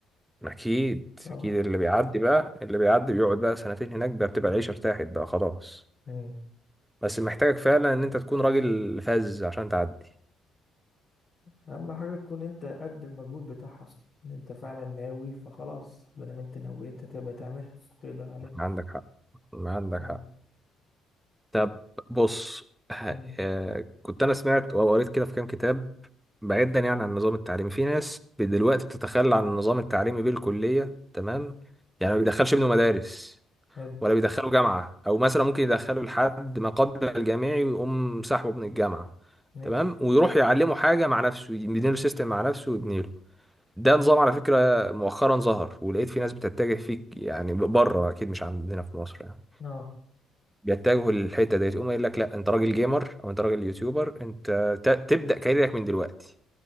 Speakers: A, in the centre; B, on the left.
A: أكيد
B: طبعا
A: أكيد اللي بيعدي بقى اللي بيعدي بيقعد بقى سنتين هناك بقى بتبقى العيشة ارتاحت بقى خلاص
B: مم.
A: بس محتاجك فعلا إن أنت تكون راجل فذ عشان تعدي
B: أهم حاجة تكون انت قد المجهود بتاعها ان انت فعلا ناوي فخلاص بدل ما انت نويت هتبقى تعملها تقدر عليها
A: عندك حق عندك
B: مم.
A: حق طب بص ه-
B: مم.
A: آه، كنت أنا سمعت أو قريت كده في كام كتاب بعيدا يعني عن النظام التعليمي في ناس دلوقتي بتتخلى عن النظام التعليمي بالكلية تمام يعني ما بيدخلش ابنه مدارس
B: حلو
A: ولا بيدخله جامعة أو مثلا ممكن يدخله لحد ما قبل الجامعي ويقوم سحبه من الجامعة
B: ماشي
A: تمام ويروح يعلمه حاجة مع نفسه يبني له سيستم مع نفسه ويبني له. ده نظام على فكرة مؤخرا ظهر ولقيت في ناس بتتجه فيك يعني بره أكيد مش عندنا في مصر يعني
B: اه
A: بيتجهوا للحتة ديت يقوم يقول لك لا أنت راجل جيمر أو أنت راجل يوتيوبر أنت ت- تبدأ كاريرك من دلوقتي